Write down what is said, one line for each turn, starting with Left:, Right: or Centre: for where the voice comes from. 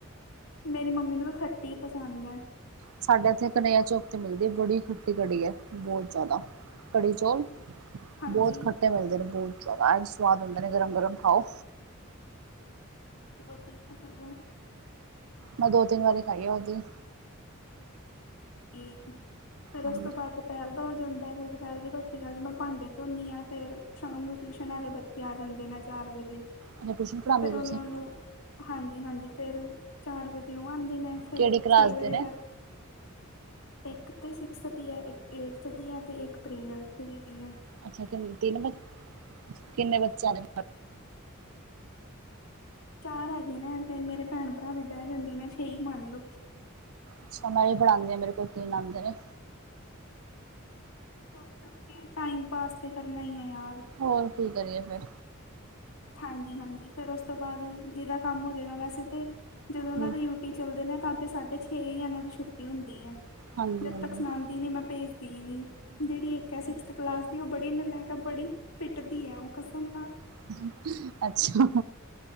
Left: ਮੇਰੀ ਮੰਮੀ ਨੂੰ ਵੀ ਖੱਟੀ ਪਸੰਦ ਐ।
Right: ਸਾਡੇ ਏਥੇ ਕਨ੍ਹਇਆ ਚੌਕ ਤੇ ਮਿਲਦੀ ਐ, ਬੜੀ ਖੱਟੀ ਕੜੀ ਬੋਤ ਜਾਦਾ ਕੜੀ-ਚੋਲ।
Left: ਹਾਂਜੀ
Right: ਬੋਤ ਖੱਟੇ ਬੰਨਦੇ ਨੇ ਬੋਤ ਜਾਦਾ, ਐਂ ਸਵਾਦ ਹੁੰਦੇ ਨੇ ਗਰਮ-ਗਰਮ ਖਾਓ।
Left: ਵਧੀਆ ਫੇਰ ਓ
Right: ਮੈਂ ਦੋ-ਤਿੰਨ ਵਾਰੀ ਖਾਈ ਆ ਓਦੀ।
Left: ਠੀਕ। ਫੇਰ ਓਤੋਂ
Right: ਹਾਂਜੀ
Left: ਬਾਦ ਦੁਪੈਰ ਦਾ ਹੋ ਜਾਂਦੈ, ਫੇਰ ਦੁਪੈਰਦੀ ਰੋਟੀ ਕਰਕੇ ਮੈਂ ਭਾਂਡੇ ਧੋਦੀ ਆਂ ਫਿਰ ਸ਼ਾਮ ਨੂੰ ਟਿਊਸ਼ਨ ਆਲੇ ਬੱਚੇ ਆ ਜਾਂਦੇ ਨੇ, ਚਾਰ ਵਜੇ।
Right: ਅੱਛਾ ਟਿਊਸ਼ਨ ਪੜ੍ਹਾਉਂਦੇ
Left: ਫੇਰ ਓਨਾਂ
Right: ਤੁਸੀਂ
Left: ਨੂੰ ਹਾਂਜੀ-ਹਾਂਜੀ ਫੇਰ ਚਾਰ ਵਜੇ ਓ ਆਂਦੇ ਨੇ ਫੇਰ
Right: ਕਿਹੜੀ ਕਲਾਸ
Left: ਛੇ ਵਜੇ
Right: ਦੇ ਨੇ
Left: ਤੱਕ ਇੱਕ ਤੇ ਸਿਕਸ ਦੀ ਆ, ਏਕ ਏਟਥ ਦੀ ਆ, ਤੇ ਏਕ ਪ੍ਰੀ ਨਰਸਰੀ ਦੀ ਆ।
Right: ਅੱਛਾ ਕਿਨ ਤਿੰਨ ਬ, ਕਿੰਨੇਂ ਬੱਚੇਆਂ ਆਂਦੇ
Left: ਚਾਰ ਹੈਗੇ ਨੇ, ਤੇ ਮੇਰੇ ਭੈਣ-ਭਰਾ ਵੀ ਬੈਂ ਜਾਂਦੇ ਨੇ ਛੇ ਈ ਮੰਨ ਲਓ।
Right: ਅੱਛਾ ਮੈਂ ਵੀ ਪੜਾਦੀ ਆਂ, ਮੇਰੇ ਕੋਲ ਤਿੰਨ ਆਂਦੇ ਨੇ।
Left: ਓਕੇ-ਓਕੇ ਟਾਈਮ ਪਾਸ ਤਾਂ ਕਰਨਾ ਈਐ ਯਾਰ।
Right: ਹੋਰ, ਕੀ ਕਰੀਏ ਫੇਰ?
Left: ਹਾਂਜੀ-ਹਾਂਜੀ, ਫੇਰ ਉਸ ਤੋਂ ਬਾਦ ਜਿਦਾ ਕੰਮ ਹੋਜੇਗਾ ਵੈਸੇ ਤੇ ਜਦੋਂ ਓਨਾਂ
Right: ਹੂੰ
Left: ਯ ਟੀ ਚੱਲਦੇ ਨੇ ਤਾਂ ਫੇਰ ਸਾਢੇ ਛੇ ਈ ਐਨਾ ਦੀ ਛੁੱਟੀ ਹੁੰਦੀ ਐ।
Right: ਹਾਂਜੀ
Left: ਜਦ
Right: ਹਾਂਜੀ
Left: ਤੱਕ ਸੁਣਾਦੀ ਨੀ ਮੈਂ ਭੇਜਦੀ ਨੀ, ਜੇੜੀ ਇੱਕ ਐ ਸਿਕ ਸਥ ਕਲਾਸ ਦੀ ਓ ਬੜੀ ਨਲੈਕ ਐ ਓ ਬੜੀ ਪਿੱਟਦੀ ਐ, ਓ ਕਸਮ ਨਾਲ।
Right: <unintelligible> ਅੱਛਾ।